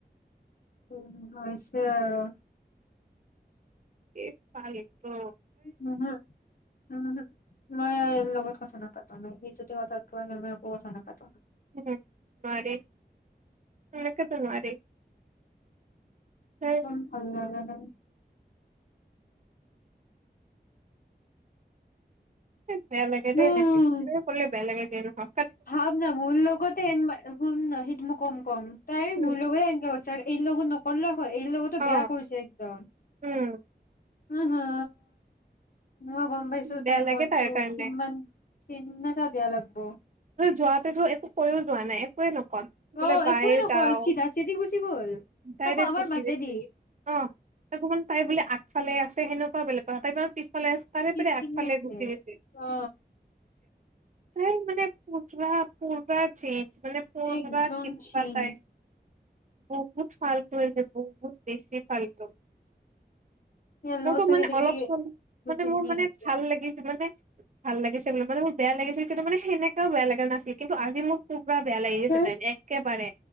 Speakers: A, on the left; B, on the right.
A: উম', হৈছে আৰু।
B: এই পাল এইটো
A: উম', হ - উম', হ মই ইয়াৰ লগত কথা নাপাতো নায়। ই যদি কথাটো আহে মই একো কথা নাপাতো।
B: উম', নোৱাৰি এনেকেতো নোৱাৰি। হেই
A: বহুত ভাল লাগে ন।
B: বেয়া লাগে দে,
A: নাই
B: এনেকে - এনেকোৱা কৰিলে বেয়া লাগে। তে ৰখা
A: ভাব ন মোৰ লগতে এন, শুন ন সেইটো মই কম- কম তাই
B: উম
A: মোৰ লগতে এনকা কৰছে আৰু এই লগত নক অলপ এই লগতো
B: অ
A: বেয়া কৰিছে একদম।
B: উম
A: উ', হু', ন গম পাইছো
B: বেয়া
A: তাইৰ
B: লাগে
A: মনতটো
B: কাৰণে
A: কিমান। কেনেকা বেয়া লাগব
B: যোৱাতেতো একো কয়ও যোৱা নাই একোৱে নহয় বোলে
A: অ
B: বাই
A: একোৱে নকল
B: যাওঁ
A: চিধা চিধি গুচি গ'ল
B: তাই
A: তাকো আমাৰ
B: গুচি
A: মাজেদি
B: গইছে অ তাকো মানে তাই বোলে আগফালে আছে সেনো পোৱালে তাই বাৰু পিছফালৰ ফালে চাই
A: পিছপিনে
B: পানে আগফালে
A: আছে
B: গুচি গৈছি
A: অ
B: তাই মানে পূজা পূৰ্বা চে মানে পত
A: একদম
B: বা কমিবা
A: চিন
B: তাই বহুত ফালটো ইয়াতে বহুত বেছি ফালটো
A: ইয়াৰ
B: মোৰতো
A: লগত থাকি
B: মানে
A: থাকি
B: অলপ চলপ
A: গোটেইখিনি
B: মানে মোৰ মানে
A: আছে
B: ভাল লাগিছে মানে ভাল লাগিছে বোলে মানে মোৰ বেয়া লাগিছে কি কিন্তু মানে সেনে বেয়া লাগে নাছিল কিন্তু আজি মোৰ পুৰা বেয়া লাগি গৈছে
A: হে
B: তাই একেবাৰে